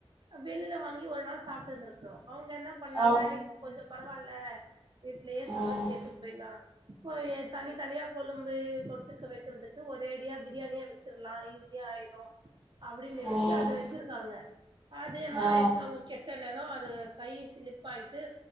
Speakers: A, on the right; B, in the centre.
A: வெளியில வாங்கி ஒரு நாள் சாப்ட்டு இருந்திருக் லோ அவங்க என்ன பண்ணாங்க
B: ஆ
A: இப்ப கொஞ்சம் பரவால்ல வீட்லயே சமைச்சு
B: ம்
A: எடுத்துட்டு போய்லா இப்ப தனி தனியா கொழும்பு தொட்டுக்க வைக்கறதுக்கு ஒரு ரேடியா பிரியாணியா வச்சிரலாம் ஈஸியா ஆயிடு அப்டின்னு நினைச்சு
B: ம்
A: அத வச்சிருக்காங்க அது என்ன
B: ஆ
A: ஆயிருக்கு அவங்க கெட்ட நேர் நா அது கை சிலிப்பாயிட்டு